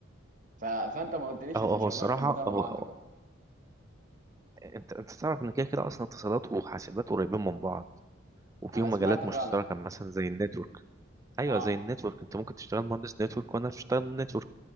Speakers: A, on the right; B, on the right.
A: ف... فانت ما قلتليش
B: هو
A: انت
B: هو
A: شغلكم
B: الصراحة
A: بتعملوا
B: هو
A: عندكم
B: انت انت تعرف ان كده كده اصلا اتصالات وحاسبات قريبين من بعض وفيهم
A: انا سمعت
B: مجالات مشتركه
A: فعلا
B: مثلا زي النتورك ايوه
A: اه
B: زي النتورك انت ممكن تشتغل مهندس نتورك وانا بشتغل نتورك